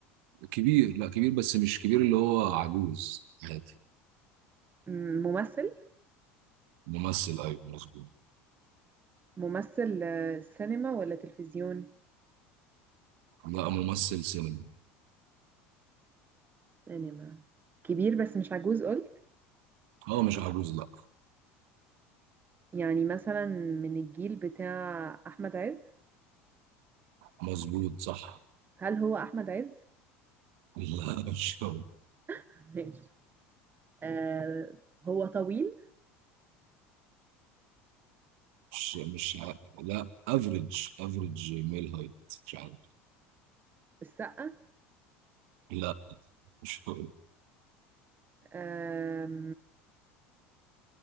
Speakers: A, on the right; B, on the right.
A: كبير لا كبير بس مش كبير اللي هو عجوز عادي
B: مم، ممثل
A: ممثل ايوه مظبوط
B: ممثل آه، سينما ولا تلفزيون
A: لا ممثل سينما
B: سينما كبير بس مش عجوز قلت
A: اه مش عجوز لا
B: يعني مثلا من الجيل بتاع احمد عز
A: مظبوط صح
B: هل هو احمد عز
A: <laughs> لا مش هو.
B: <laughs> ماشي آه هو طويل
A: مش مش ع- لا افريج افريج ميل هايت مش عارف
B: السقا
A: لا مش هو.
B: آم،